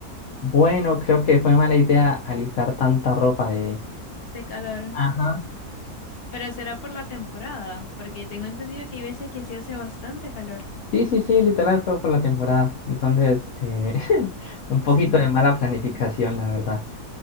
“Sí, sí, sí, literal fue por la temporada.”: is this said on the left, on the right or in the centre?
Left